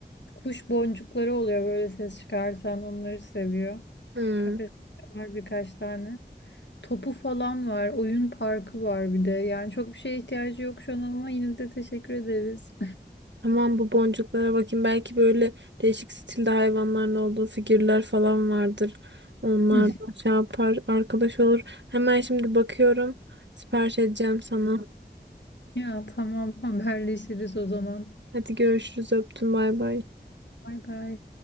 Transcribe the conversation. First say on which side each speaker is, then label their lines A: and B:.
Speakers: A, on the left; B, on the right.
A: kuş boncukları oluyor böyle ses çıkartan onları seviyor.
B: Hmm,
A: Kafes var birkaç tane. Topu falan var. Oyun parkı var bir de. Yani çok bir şeye ihtiyacı yok şu an ama yine de teşekkür ederiz.
B: Tamam bu boncuklara bakayım. Belki böyle değişik stilde hayvanların olduğu figürler falan vardır. Onlar
A: <laughs>
B: da şey yapar, arkadaş olur. Hemen şimdi bakıyorum. Sipariş edeceğim sana.
A: Ya tamam haberleşiriz o zaman.
B: Hadi görüşürüz. Öptüm. Bay bay.
A: Bay bay.